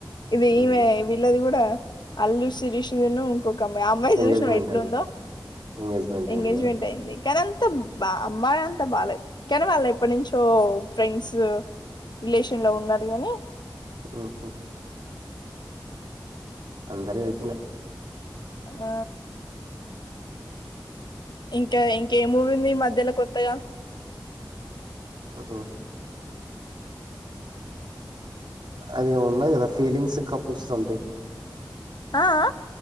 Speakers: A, on the left (about 65°); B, on the right (about 80°).
A: ఇది
B: మ్మ్
A: ఈమె వీళ్ళది కూడా అల్లు శిరీష్. <unintelligible> ఒక అమ్మాయి ఆ అమ్మాయిని
B: ఎంగేజ్మెంట్
A: చూసినవ ఎట్ల
B: అయింది
A: ఉందో
B: ఎంగేజ్మెంట్
A: ఎంగేజ్మెంట్
B: అయింది కదా
A: అయింది. కానీ అంత బా అమ్మాయి అంతా బాలే. కానీ వాళ్లు ఎప్పటి నుంచో ఫ్రెండ్స్. రిలేషన్ లో ఉన్నారు కాని
B: ఊహూ అందరివి అయితున్నాయి.
A: ఆ ఇంకా ఇంకే మూవీ ఉంది ఈ మధ్యలో కొత్తగా
B: ఆ అది ఉన్నది కదా ఫీలింగ్స్ కపుల్స్ సంథింగ్.
A: ఆ, ఆ